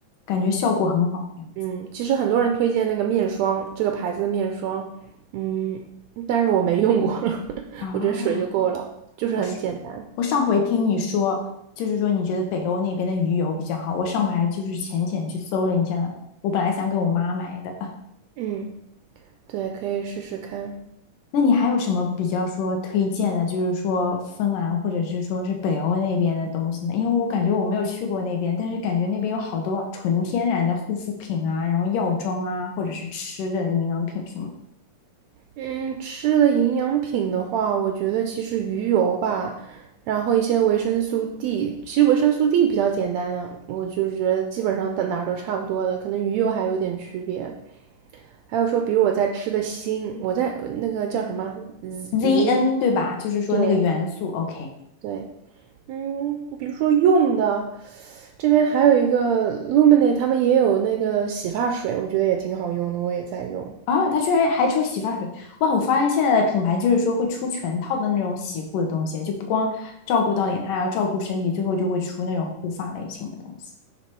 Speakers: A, on the left; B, on the right.
A: 感觉效果很好的样子
B: 嗯，其实很多人推荐那个面霜，这个牌子的面霜，嗯，但是我没用过，<laughs>
A: 啊。
B: 我觉得水就够了，就是很简单。
A: 我是我上回听你说，就是说你觉得北欧那边的鱼油比较好，我上回还就是浅浅去搜了一下呢。我本来想给我妈买的。
B: 嗯，对，可以试试看。
A: 那你还有什么比较说推荐的，就是说芬兰或者是说是北欧那边的东西呢？因为我感觉我没有去过那边，但是感觉那边有好多啊纯天然的护肤品啊，然后药妆啊，或者是吃的营养品什么
B: 嗯，吃的营养品的话，我觉得其实鱼油吧，然后一些维生素 D，其实维生素 D 比较简单的，我就是觉得基本上到哪儿都差不多的，可能鱼油还有点区别。还有说，比如我在吃的锌，我在呃那个叫什么 z-
A: ZN
B: z i n
A: 对吧？就是说那个元素
B: 对
A: OK
B: 对，嗯，比如说用的，这边还有一个 Luminate，他们也有那个洗发水，我觉得也挺好用的，我也在用。
A: 啊，它居然还出洗发水哇！我发现现在的品牌就是说会出全套的那种洗护的东西，就不光照顾到脸，它还要照顾身体，最后就会出那种护发类型的东西。